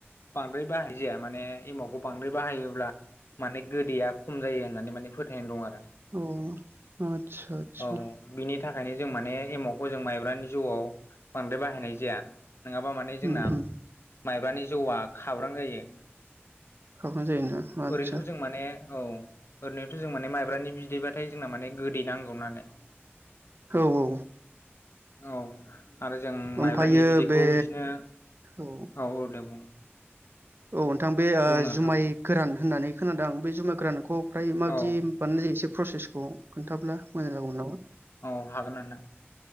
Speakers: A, on the left; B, on the right.
A: बांद्राय बाहाय जाया माने एमावखौ बांद्राय बाहायोब्ला माने गोदैया खम जायो होननानै माने फोथायनाय दं आरो।
B: अ' आथ्सा आथ्सा।
A: औ बिनि थाखायनो जों माने एमावखौ जों माइब्रानि जौआव बांद्राय बाहायनाय जाया नोङाबा माने जोंना
B: उम उम
A: माइब्रानि जौआ खाब्रां जायो
B: हाबनाय जायोना आदसा
A: ओरैनोथ जों माने औ ओरैनोथ जों माने माइब्रानि बिदैबाथाय जोंना माने गोदै नांगौ नालाय।
B: औ-औ।
A: औ। आरो जों
B: ओमफ्रायो
A: माइब्रानि बिदैखौ
B: बे
A: बिदिनो
B: औ
A: औ-औ दे बुं।
B: औ नोंथां बे ओ
A: बुं नोंथां
B: जुमाय गोरान होननानै खोनादों आं बे जुमाय गोरानखौ फ्राय माबायदि
A: औ
B: बाननाय जायो एसे प्रसेसखौ खोन्थाब्ला मोजां जागौमोन नामा?
A: औ होगोन नोंथां।